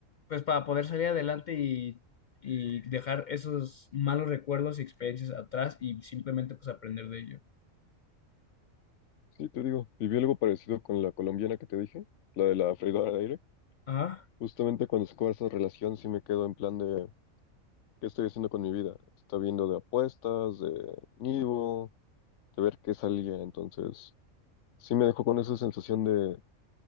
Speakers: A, on the left; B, on the left.
A: pues para poder salir adelante y, y dejar esos malos recuerdos y experiencias atrás y simplemente pues aprender de ello.
B: Sí, te digo, viví algo parecido con la colombiana que te dije, la de la freidora de aire.
A: Ajá,
B: Justamente cuando se acaba esa relación sí me quedo en plan de, ¿qué estoy haciendo con mi vida? Está viendo de apuestas, de nido, de ver qué salía. Entonces, sí me dejó con esa sensación de,